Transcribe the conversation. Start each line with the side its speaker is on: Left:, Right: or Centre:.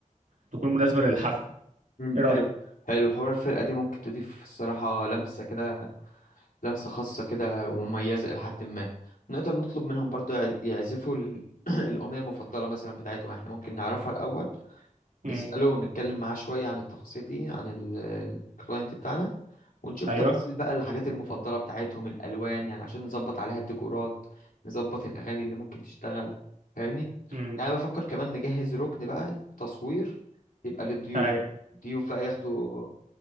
Right: تكون مناسبة للحفل
Left: مم.
Right: إيه رأيك؟
Left: حلو حلو حوار الفرقة دي ممكن تضيف الصراحة لمسة كده لمسة خاصة كده ومميزة إلى حد ما نقدر نطلب منهم برضو يع- يعزفوا ال- <clears throat> الأغنية المفضلة مثلا بتاعتهم احنا ممكن نعرفها الأول
Right: مم.
Left: نسأله ونتكلم معاه شوية عن التفاصيل دي عن الكلاينت بتاعنا ونشوف
Right: أيوه
Left: تفاصيل بقى الحاجات المفضلة بتاعتهم الألوان يعني عشان نظبط عليها الديكورات نظبط الأغاني اللي ممكن تشتغل فاهمني
Right: مم.
Left: يعني أنا بفكر كمان نجهز ركن بقى تصوير يبقى للضيوف
Right: أي
Left: الضيوف بقى ياخدوا